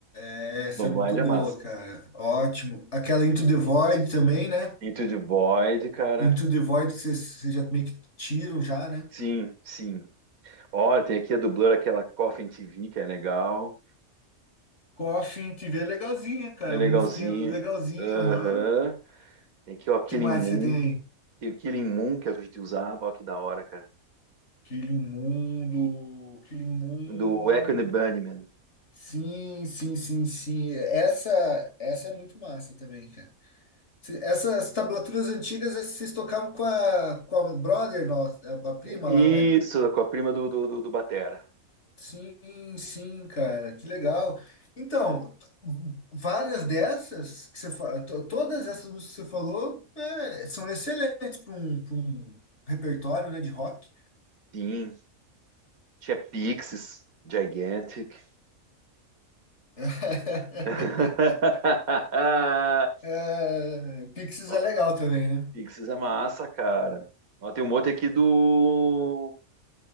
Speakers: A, on the left (about 55°); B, on the right (about 80°).
A: Essa
B: Snowblind
A: é muito boa,
B: é massa.
A: cara. Ótimo. Aquela Into the Void também, né?
B: Into the Void, cara.
A: Into the Void que vocês já meio que tiram já, né?
B: Sim, sim. Olha, tem aqui a do Blur, aquela Coffin TV, que é legal.
A: Coffin TV é legalzinha, cara.
B: É legalzinho.
A: Musiquinha legalzinha,
B: Aham.
A: aham.
B: Tem aqui, ó, Killing
A: que mais
B: Moon.
A: você tem aí?
B: Tem o Killing Moon, que é o que a gente usava. Ó, que da hora, cara.
A: Killing Mundo, Killing Moon.
B: Do Echo and the Bunnymen.
A: Sim, sim, sim, sim. Essa, essa é muito massa também, cara. Cê- Essas tablaturas antigas, eh, vocês tocavam com a, com a brother nossa, a a prima
B: Isso,
A: lá, né?
B: com a prima do, do, do, do Batera.
A: Sim, sim, cara, que legal. Então, t- várias dessas que você fa- to- todas essas músicas que você falou é, são excelentes para um, pra um repertório, né, de rock.
B: Sim. Tinha Pixies, Gigantic.
A: <laughs>
B: <laughs>
A: É, Pixies
B: Ó,
A: é legal também, né?
B: Pixies é massa, cara. Ó, tem um monte aqui do